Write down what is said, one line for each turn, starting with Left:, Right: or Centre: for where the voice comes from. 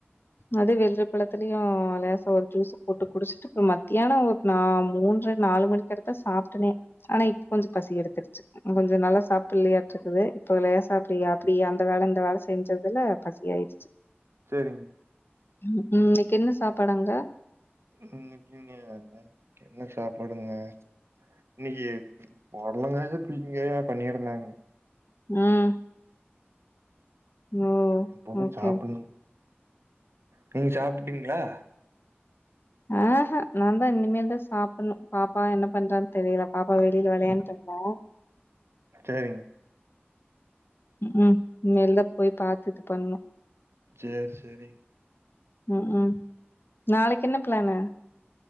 Left: அது வெள்ரிபழத்தலயும் லேச ஒரு ஜூச போட்டு குடிச்சுட்டு இப்ப மத்தியானம் ஒரு நா மூன்ற நாலு மணிக்கு கிட்டதா சாப்ட்டனே ஆனா இப்ப கொஞ்சம் பசி எடுத்துருச்சு கொஞ்சம் நல்லா சாப்டலியாட்ட அது இப்போ லேசா அப்டிய அப்டிய அந்த வேல இந்த வேல செஞ்சதுல பசி ஆய்டுச்சு
Right: சேரிங்
Left: உம் இன்னிக்கு என்ன சாப்பாடு அங்க
Right: இன்னிக்குங்களா என்ன சாப்பாடுங்க இன்னிக்கு போடலங்கயோ பீர்க்கங்காயோ பண்ணிருந்தாங்க
Left: ம் ஓ
Right: இப்பதா
Left: ஓகே
Right: சாப்புட்ணுங்க நீங்க சாப்ட்டீங்களா
Left: ஆஹ்ஹ நாந்தா இனிமேல் தா சாப்புட்ணு பாப்பா என்ன பண்றான் தெரியல பாப் பா வெளில வெளையான்ட்ருக்கா
Right: சேரிங்க
Left: உம் உம் மேல போய் பாத்து இது பண்ணு
Right: சேர் சேரிங்
Left: உம் உம் நாளைக்கு என்ன பிளானு